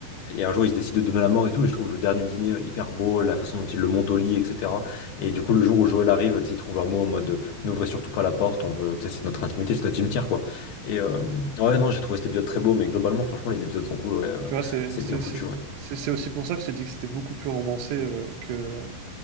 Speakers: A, on the left; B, on the right.
A: Et un jour, il se décide de donner la mort et tout. Et je trouve le dernier dîner hyper beau, la façon dont il le monte au lit, etc. Et du coup, le jour où Joël arrive, tu sais, il trouve un mot en mode N'ouvrez surtout pas la porte, on veut, tu sais, c'est notre intimité, c'est notre cimetière, quoi. Et euh, ouais, non, j'ai trouvé cet épisode très beau, mais globalement, franchement, les épisodes sont cool, ouais, euh,
B: tu vois, c'est
A: c'est
B: c'est-
A: bien foutu,
B: c'est-
A: ouais.
B: c'est- c'est aussi pour ça que j'ai dit que c'était beaucoup plus romancé euh, que,